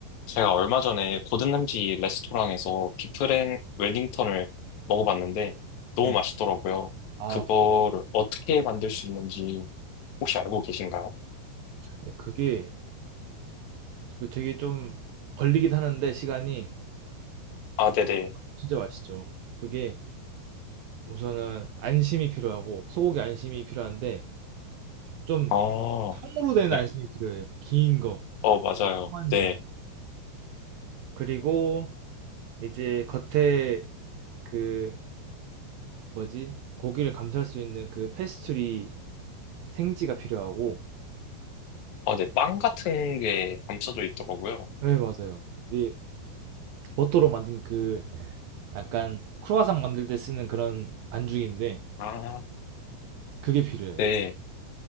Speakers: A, on the left; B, on the right.
A: 제가 얼마 전에 고든램지 레스토랑에서 비프랭 웰링턴을 먹어봤는데 너무
B: 네.
A: 맛있더라고요.
B: 아,
A: 그거를
B: 그거
A: 어떻게 만들 수 있는지 혹시 알고 계신가요?
B: 네, 그게 그 되게 좀 걸리긴 하는데 시간이
A: 아, 네네.
B: 진짜 맛있죠. 그게 우선은 안심이 필요하고 소고기 안심이 필요한데 좀
A: 아,
B: 통으로 된
A: 네.
B: 안심이 필요해요. 긴 거,
A: 어, 맞아요.
B: 통안심.
A: 네.
B: 그리고 이제 겉에 그 뭐지? 고기를 감쌀 수 있는 그 페스츄리 생지가 필요하고
A: 아, 네. 빵 같은 게 감싸져 있더라고요.
B: 네, 맞아요. 이게 버터로 만든 그 약간 크루아상 만들 때 쓰는 그런 반죽인데
A: 아,
B: 그게 필요해요.
A: 네.